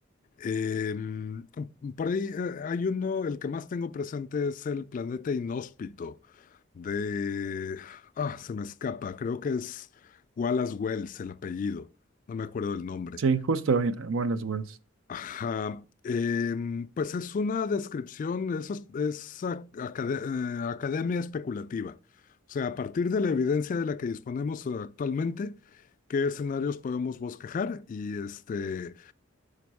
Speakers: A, on the left (about 40°); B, on the right (about 80°).
A: Eh, por ahí eh, hay uno, el que más tengo presente es el planeta inhóspito de... Ah, se me escapa, creo que es Wallace Wells el apellido, no me acuerdo el nombre.
B: Sí, justo en Wallace Wells.
A: Ajá, em, pues es una descripción, eso es, es a- acade- eh, academia especulativa. O sea, a partir de la evidencia de la que disponemos eh, actualmente, qué escenarios podemos bosquejar y este...